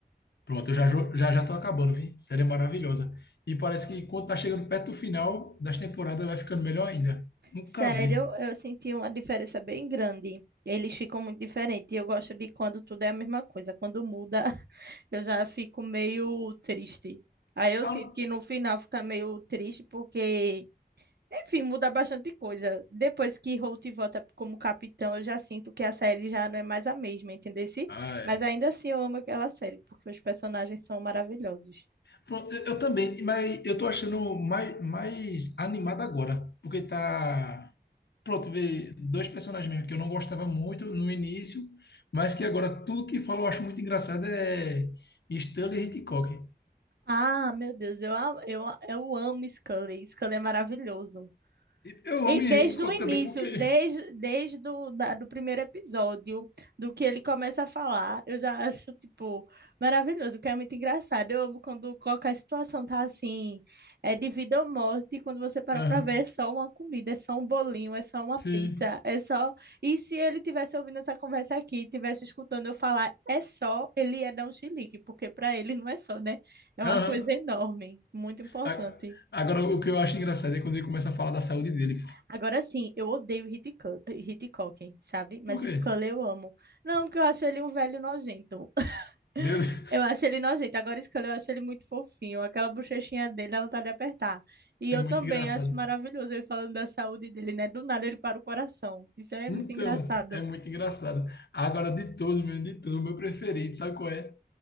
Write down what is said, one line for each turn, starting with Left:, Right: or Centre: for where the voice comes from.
Left: pronto, eu já, jo- já já tô acabando, vi? Série maravilhosa. E parece que quando tá chegando perto do final das temporadas vai ficando melhor ainda. Nunca
Right: Sério,
Left: vi.
Right: eu senti uma diferença bem grande. Eles ficam muito diferentes. E eu gosto de quando tudo é a mesma coisa. Quando muda, <laughs> eu já fico meio triste. Aí eu
Left: Ah,
Right: sinto
Left: eu não-
Right: que no final fica meio triste porque Enfim, muda bastante coisa. Depois que Holt volta como capitão, eu já sinto que a série já não é mais a mesma, entendeu?
Left: ah, é.
Right: Mas ainda assim eu amo aquela série, porque os personagens são maravilhosos.
Left: Pronto, eu, eu também, mas eu tô achando mais, mais animado agora, porque tá pronto, ver dois personagens mesmo que eu não gostava muito no início, mas que agora tudo que fala eu acho muito engraçado é Stanley Hitchcock.
Right: Ah, meu Deus, eu, a- eu, a- eu amo Scully. Scully é maravilhoso.
Left: Eu
Right: E
Left: amo
Right: desde
Left: Hitchcock
Right: o início,
Left: também porque.
Right: desde, desde do, da- do primeiro episódio, do que ele começa a falar, eu já acho, tipo, maravilhoso, porque é muito engraçado. Eu amo quando qualquer situação tá assim, é de vida ou morte, e quando você para
Left: Aham,
Right: pra ver, é só uma comida, é só um bolinho, é só uma
Left: sim.
Right: pizza, é só... E se ele tivesse ouvindo essa conversa aqui, tivesse escutando eu falar, é só, ele ia dar um chilique, porque pra ele não é só, né? É
Left: Aham.
Right: uma coisa enorme, muito importante.
Left: A- Agora, o que eu acho engraçado é quando ele começa a falar da saúde dele.
Right: Agora sim, eu odeio Hitchco- Hitchcock, sabe? Mas
Left: Por
Right: Scully
Left: quê?
Right: eu amo. Não, porque eu acho ele um velho nojento. <laughs>
Left: Meu Deus,
Right: Eu acho ele nojento. Agora Scully eu acho ele muito fofinho. Aquela bochechinha dele dá vontade de apertar. E
Left: é
Right: eu
Left: muito
Right: também
Left: engraçado.
Right: acho maravilhoso ele falando da saúde dele, né? Do nada ele para o coração. Isso é
Left: Então,
Right: muito engraçado.
Left: é muito engraçado. Agora, de todos, meu, de todos, o meu preferido, sabe qual é?